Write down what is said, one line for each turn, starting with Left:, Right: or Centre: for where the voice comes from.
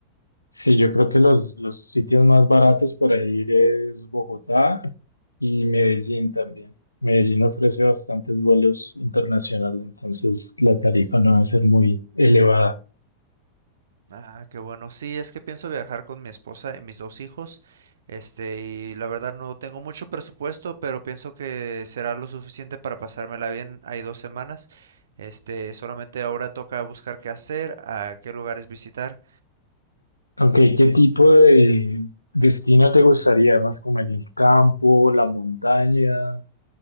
Left: Sí, yo creo que los, los sitios más baratos para ir es Bogotá y Medellín también. Medellín ofrece bastantes vuelos internacionales, entonces la tarifa no va a ser muy elevada.
Right: Ah, qué bueno. Sí, es que pienso viajar con mi esposa y mis dos hijos. Este, y la verdad no tengo mucho presupuesto, pero pienso que será lo suficiente para pasármela bien. Hay dos semanas. Este, solamente ahora toca buscar qué hacer, a qué lugares visitar.
Left: Aunque, ¿qué tipo de destino te gustaría? Más como en el campo, la montaña,